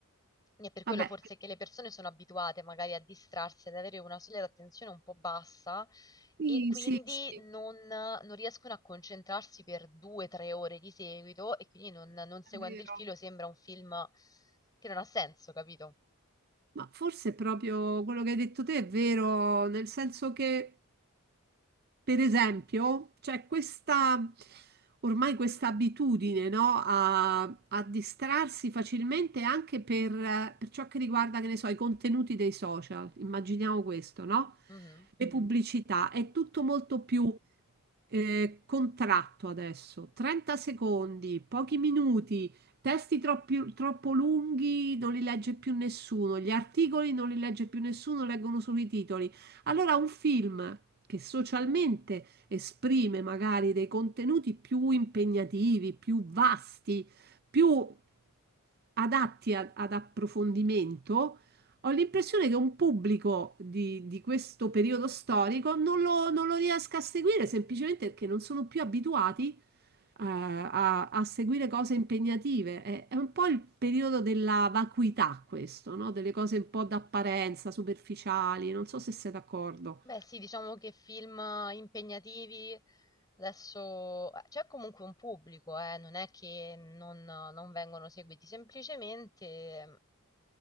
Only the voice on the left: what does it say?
E per quello
forse che le persone sono abituate magari a distrarsi, ad avere una soglia d'attenzione un po' bassa
e quindi
non, non riescono a concentrarsi per due o tre ore di seguito e quindi non, non seguendo
il filo sembra un film che non ha senso, capito?
Mhm.
Beh, sì, diciamo che film eh, impegnativi adesso eh, c'è comunque un pubblico, eh, non è che non, non vengono seguiti, semplicemente